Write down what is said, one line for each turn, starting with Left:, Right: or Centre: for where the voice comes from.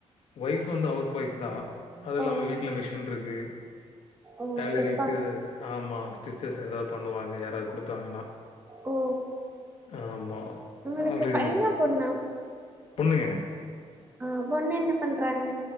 Left: ஒய்ஃப் வந்து ஹவுஸ் ஒய்ஃப் தா அது இல்லாம
Right: ஓ
Left: வீட்ல மிஷின்ருக்கு
Right: ஓ
Left: டைலரிங்க்கு
Right: தெப்பாங்க
Left: ஆமா ஸ்டிச்சஸ் எதாது பண்ணுவாங்க யாராது குடுத்தாங்கன்னா
Right: ஓ
Left: ஆமா.
Right: உங்களுக்கு
Left: அவங்களுக்கு
Right: பையனா பொண்ணா
Left: பொண்ணுங்க
Right: ஆ பொண்ணென்ன பண்றாங்க